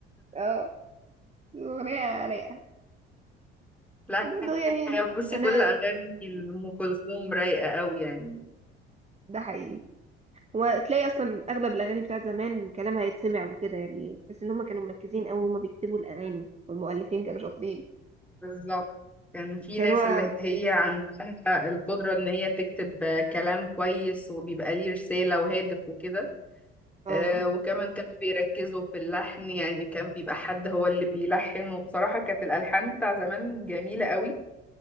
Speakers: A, on the right; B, in the centre.
A: اه الأغنية رايقة
B: لا
A: برضه يعني
B: يا بصي
A: أنا
B: كل اغاني ام كلثوم رايقه قوي يعني
A: ده حقيقي وتلاقي أصلا أغلب الأغاني بتاعت زمان كلامها يتسمع وكده يعني بس إن هما كانوا مركزين أوي هما بيكتبوا الأغاني والمؤلفين كانوا شاطرين
B: بالظبط كان في
A: كانوا
B: ناس اللي هي عندها القدره ان هي تكتب كلام كويس وبيبقى ليه رساله وهادف وكده
A: اه
B: آه،
A: بالظبط
B: وكمان كانوا بيركزوا في اللحن يعني كان بيبقى حد هو اللي بيلحن وبصراحه كانت الالحان بتاع زمان جميله قوي